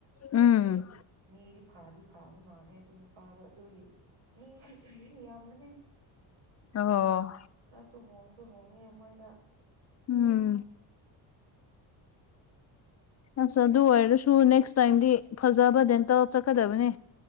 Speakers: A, on the left (about 35°); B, on the right (about 90°).
A: ꯎꯝ
B: ꯃꯤꯗꯤ ꯐꯥꯗꯤ ꯐꯥꯕ ꯃꯥꯥꯟꯂꯩ ꯑꯗꯨ ꯅꯨꯄꯥꯗꯣ ꯑꯗꯨꯒꯤ ꯃꯤꯗꯤ ꯑꯗꯨꯝ ꯌꯥꯝꯃꯅꯦ
A: ꯑꯣ
B: ꯈꯔꯁꯨ ꯍꯣꯡꯁꯨ ꯍꯣꯡꯉꯦ ꯃꯣꯏꯗ
A: ꯎꯝ ꯑꯁ ꯑꯗꯨ ꯑꯣꯏꯔꯁꯨ ꯅꯦꯛꯁ ꯇꯥꯏꯝꯗꯤ ꯐꯖꯕꯗ ꯗꯦꯜꯇꯦꯜ ꯆꯠꯀꯗꯕꯅꯤ